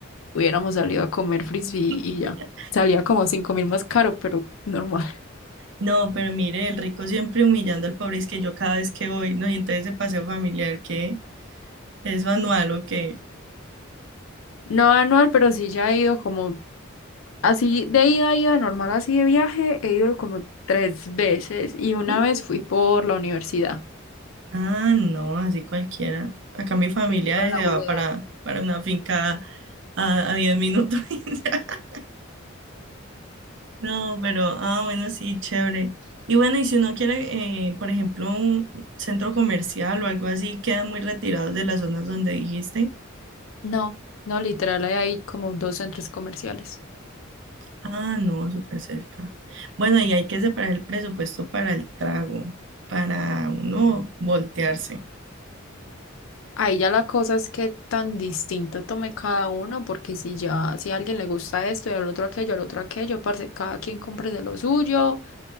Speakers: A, on the left (about 70°); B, on the right (about 60°).
A: hubiéramos salido a comer frisbee y
B: <laughs>
A: ya. Salía como cinco mil más caro, pero normal.
B: No, pero mire, el rico siempre humillando al pobre, es que yo cada vez que voy, ¿no? Y entonces ese paseo familiar que es manual o qué.
A: No anual, pero sí ya he ido como Así de ida, ida normal, así de viaje, he ido como tres veces y una
B: ¿Mm?
A: vez fui por la universidad.
B: Ah, no, así cualquiera. Acá mi familia
A: ¿Quién iba a la
B: se
A: ULA?
B: va para, para una finca a, a 10 minutos. <laughs> No, pero, ah, bueno, sí, chévere. Y bueno, y si uno quiere, eh, por ejemplo, un centro comercial o algo así, quedan muy retirados de las zonas donde dijiste.
A: No, no, literal, hay ahí como dos centros comerciales.
B: Ah, no, súper cerca. Bueno, y hay que separar el presupuesto para el trago, para uno voltearse.
A: Ahí ya la cosa es que tan distinto tome cada uno, porque si ya, si a alguien le gusta esto y al otro aquello, al otro aquello, parce, cada quien compre de lo suyo